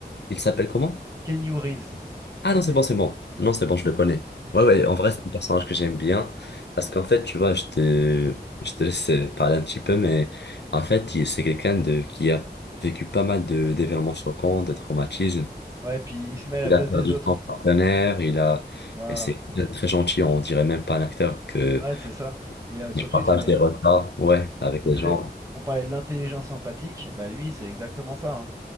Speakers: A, on the left; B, on the right.
A: Il s'appelle comment?
B: Keanu Reeves.
A: Ah non, c'est
B: C'est-
A: bon, c'est bon. Non, c'est bon, je le connais. Ouais, ouais,
B: like,
A: en vrai, c'est un personnage que j'aime bien. Parce qu'en fait, tu vois, je te, je te laisse euh, parler un petit peu, mais en fait, il- c'est quelqu'un de, qui a vécu pas mal de, d'événements choquants, de traumatismes.
B: Ouais, puis il se met à la
A: Il
B: place
A: a perdu
B: des autres.
A: son partenaire, il a,
B: Voilà.
A: et c'est quelqu'un de très gentil, on dirait même pas un acteur que
B: Ouais, c'est ça. Et euh, surtout,
A: il partage
B: il se met.
A: des repas, ouais,
B: Il, s-
A: avec
B: il est
A: les
B: très.
A: gens.
B: On parlait de l'intelligence empathique. Bah lui, c'est exactement ça. hein.